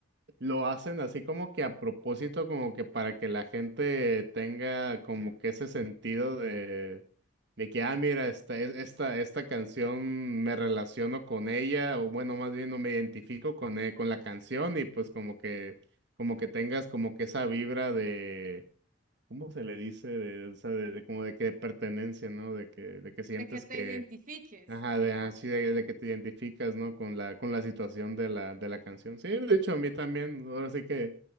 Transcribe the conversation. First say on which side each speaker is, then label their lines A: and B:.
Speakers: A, on the right; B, on the right.
A: lo hacen así como que a propósito, como que para que la gente tenga como que ese sentido de, de que, ah, mira, esta, es- esta, esta canción me relaciono con ella, o bueno, más bien no me identifico con, e- con la canción y pues como que, como que tengas como que esa vibra de, ¿cómo se le dice? De, o sea, de, de como de que pertenencia, ¿no? De que, de que sientes
B: de que te identifiques.
A: Ajá,
B: Ajá.
A: de, así de, de que te identificas, ¿no? Con la, con la situación de la, de la canción. Sí, de hecho, a mí también, ahora sí que